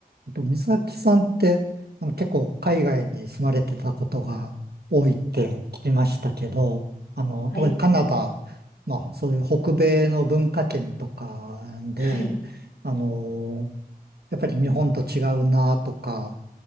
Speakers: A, on the right (about 85°); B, on the left (about 80°).
A: えっと、美咲さんって、あの、結構海外に住まれてたことが多いって聞きましたけど、あの、
B: はい、
A: 特にカナダ、まあ、そういう北米の文化圏とかで、
B: はい、
A: あの、やっぱり日本と違うなとか、